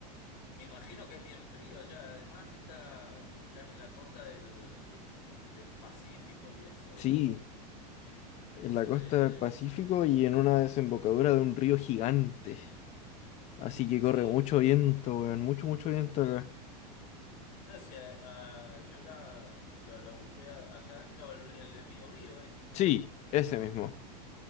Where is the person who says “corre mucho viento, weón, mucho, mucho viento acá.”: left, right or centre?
Left